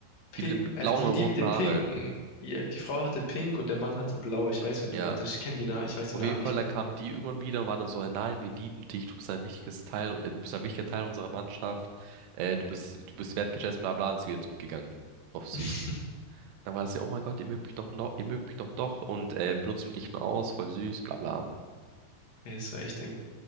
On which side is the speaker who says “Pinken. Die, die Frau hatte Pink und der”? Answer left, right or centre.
Left